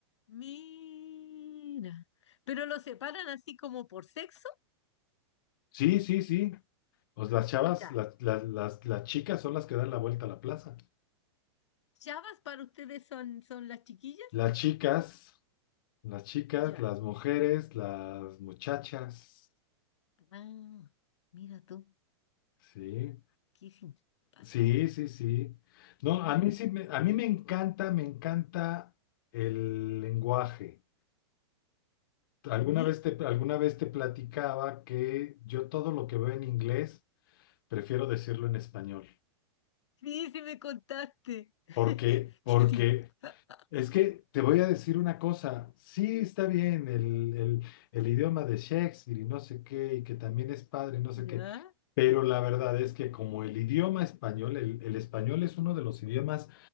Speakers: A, on the left; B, on the left.
A: Mira. ¿Pero lo separan así como por sexo?
B: Sí, sí, sí. Pues las chavas,
A: Ya.
B: las, las, las, las chicas son las que dan la vuelta a la plaza.
A: ¿Chavas para ustedes son, son las chiquillas?
B: Las chicas, las chicas,
A: Ya.
B: las mujeres, las muchachas.
A: Ah, mira tú,
B: Sí,
A: qué simpático.
B: sí, sí, sí. sí. No,
A: Mm,
B: a mí sí, me, a mí me encanta, me encanta el lenguaje. Alguna
A: ¿Y?
B: vez te, alguna vez te platicaba que yo todo lo que veo en inglés prefiero decirlo en español.
A: Sí, sí me contaste. <laughs>
B: Porque, porque
A: Qué simpático.
B: Es que te voy a decir una cosa, sí está bien el, el- el idioma de Shakespeare y no sé qué, y que también es padre y no sé
A: ¿Ya?
B: qué, pero la verdad es que como el idioma español, el, el español es uno de los idiomas